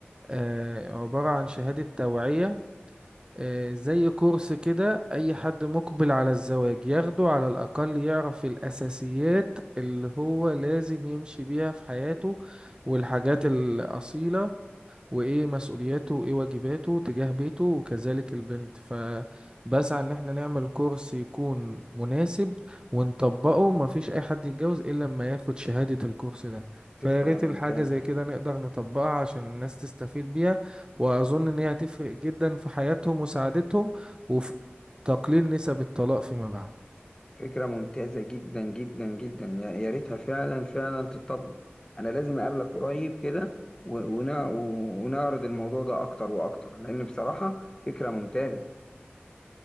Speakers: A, on the right (about 20°); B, on the left (about 20°).
A: آه، عبارة عن شهادة توعية آه، زي كورس كده أي حد مقبل على الزواج ياخده على الأقل يعرف الأساسيات اللي هو لازم يمشي بيها في حياته والحاجات الأصيلة وايه مسؤولياته وايه واجباته تجاه بيته وكذلك البنت فبسعى ان احنا نعمل كورس يكون مناسب ونطبقه مفيش اي حد يتجوز الا لما ياخد شهادة الكورس ده فيا
B: فكرة
A: ريت
B: ممتازة
A: الحاجة زي كده نقدر نطبقها عشان الناس تستفيد بيها واظن ان هي هتفرق جدا في حياتهم وسعادتهم وفي تقليل نسب الطلاق فيما بعد
B: فكرة ممتازة جدا جدا جدا يا يا ريتها فعلا فعلا تتطبق انا لازم اقابلك قريب كده و- ونع- ونعرض الموضوع ده اكتر واكتر لان بصراحة فكرة ممتازة